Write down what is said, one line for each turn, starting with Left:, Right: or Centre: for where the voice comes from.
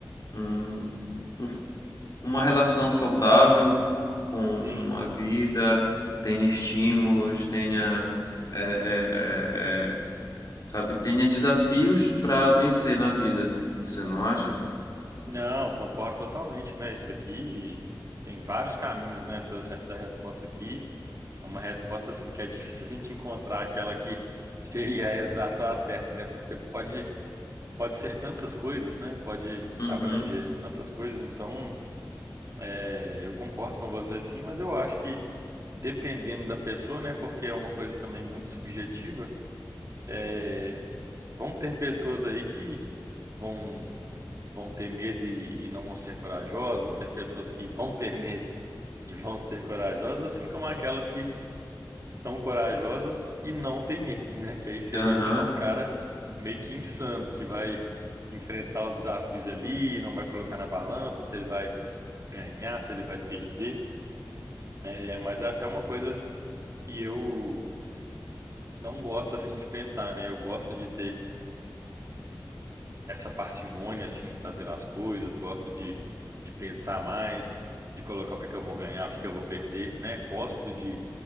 Left: um, um- uma relação saudável com
Right: Sim.
Left: a vida, tenha estímulos, tenha, é, é, é, é, sabe, tenha desafios para vencer na vida. Você não acha?
Right: Não, concordo totalmente, né? Isso aqui tem vários caminhos, né? Essa, essa resposta aqui é uma resposta assim que é difícil a gente encontrar aquela que <laughs> seria a exata ou a certa, né? Porque pode, pode ser tantas coisas, né? Pode
Left: Uhum.
Right: abranger tantas coisas. Então, é, eu concordo com você sim, mas eu acho que dependendo da pessoa, né? Porque é uma coisa também muito subjetiva. é, vão ter pessoas aí que vão vão ter medo e, e não vão ser corajosas, vão ter pessoas que vão ter medo e vão ser corajosas, assim como aquelas que são corajosas e não têm medo, né? Que aí seria
Left: Aham.
Right: já um cara meio que insano, que vai enfrentar os desafios ali, não vai colocar na balança se ele vai ganhar, se ele vai perder. É, mas é até uma coisa que eu não gosto assim de pensar, né? Eu gosto de ter essa parcimônia assim em fazer as coisas, gosto de, de pensar mais, de colocar o que é que eu vou ganhar, o que é que eu vou perder, né? Gosto de,